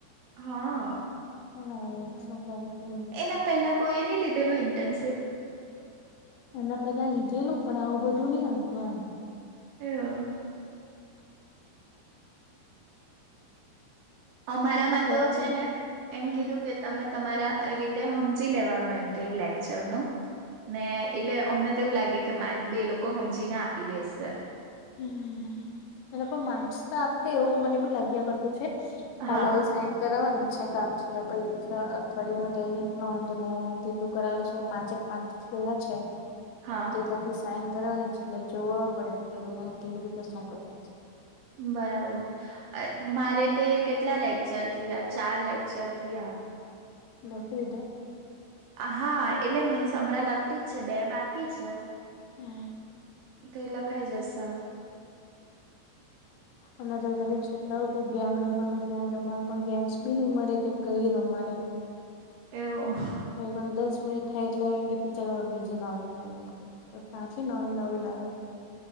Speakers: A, on the right; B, on the left.
A: હા
B: પણ હવે શું કરું <inaudible>
A: એના પેલા કોઈએ નહીં લીધેલું ઇન્ટર્નશિપ.
B: એના પેલા લીધેલું પણ આવું બધું નહતું એમ.
A: એઅ. અમારામાં
B: અત્યારથી
A: તો છે ને એમ
B: હમ
A: કીધું કે, તમે તમારા રીતે હમજી લેવાનું એમ કે લેક્ચર નું ને. એટલે અમને તો એવું લાગે કે માર્ક બી એ લોકો સમજીને આપી દેશે.
B: હમ એ લોકો માર્ક્સ તો આપે એવું મને બી લાગ્યા કરતું છે. કાલ
A: હા
B: હવે સાઈન કરાવવાની જ છે કાલ. એટલે પહી છ અઠવાડયિયા ન દૈનિક નોંધ ને જેટલું કરાવેલ છે. પાંચેક પાંચ. પેલા છે.
A: હા.
B: એલાની સાઈન કરવાની છે એટલે જોવા પડેહે કે એ લોકોને કેવી રીતે શું કરતા છે?
A: બરાબર. અ મારે તે કેટલા લેક્ચર થયા ચાર થયા.
B: લખી લીધા.
A: હા એટલે મીન્સ હમણાં લખતી જ છે, બે બાકી છે,
B: હમ <inaudible>
A: તો‌એ લખાઈ જશે,
B: અને જો પછી છોકરાઓ કે ગેમ રમાડો ગેમ રમાડો પણ ગેમ્સ બી નહી મળે કે કઈ રમાડે
A: એવો
B: હવે કોને દસ મિનિટ થાય એટલે હવે એમ કે ટીચર હવે બીજી ના હોય થાય એમ કે તો કાંચી લાવી નવી લાવે